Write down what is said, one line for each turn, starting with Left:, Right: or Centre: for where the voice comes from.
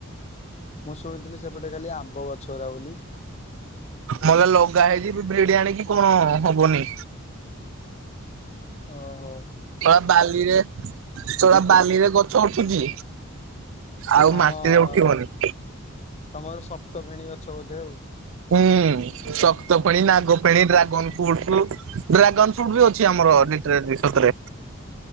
Left: ମୁଁ ଶୁଣିଥିଲି ସେପଟେ ଖାଲି ଆମ୍ବ ଗଛ ଗୁରା ବୋଲି।
Right: ମଲେ ଲଗା ହେଇଛି ଭିଡି ଆଣିକି କଁ ହବନି।
Left: ଓ ହୋ।
Right: ଶଳା ବାଲିରେ ଶଳା ବାଲିରେ ଗଛ ଉୁଠୁଛି। ଆଉ
Left: ହଁ
Right: ମାଟିରେ ଉଠିବନି।
Left: ତମର ସପ୍ତ ଫେଣୀ ଗଛ ବୋଧେ ଆଉ।
Right: ହୁଁ ଶକ୍ତ ଫେଣି ନାଗ ଫେଣି ଡ୍ରାଗନ‌। ଫୁଟ ଡ୍ରାଗନ ଫ୍ରୁଟ ବି ଅଛି ଆମର ଲିଟେରାଲି ସତରେ।